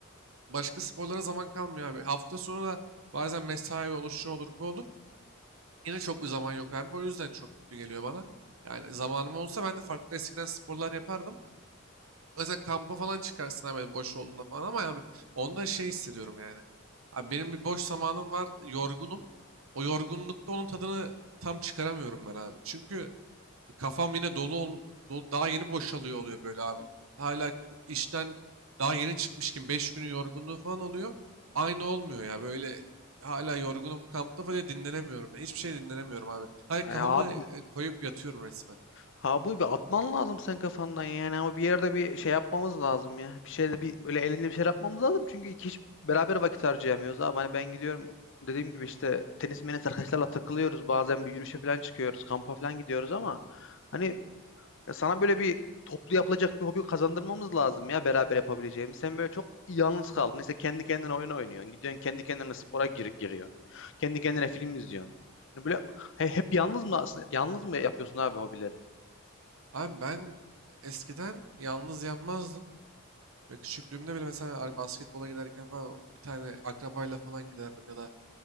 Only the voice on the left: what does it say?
Ay abi
ha bunu bir atman lazım sen kafandan yani o bir yerde bir şey yapmamız lazım ya. Bir şeyle bir böyle eğlenceli bir şey yapmamız lazım. Çünkü iki kişi beraber vakit harcayamıyoruz abi. Hani ben gidiyorum dediğim gibi işte tenis menis arkadaşlarla takılıyoruz. Bazen bir yürüyüşe falan çıkıyoruz. Kampa falan gidiyoruz ama hani Ya sana böyle bir toplu yapılacak bir hobi kazandırmamız lazım ya beraber yapabileceğimiz. Sen böyle çok yalnız kaldın. İşte kendi kendine oyun oynuyorsun. Gidiyorsun kendi kendine spora gir giriyorsun. Kendi kendine film izliyorsun. Yani böyle he- hep yalnız mı aslında- yalnız mı yapıyorsun abi hobileri?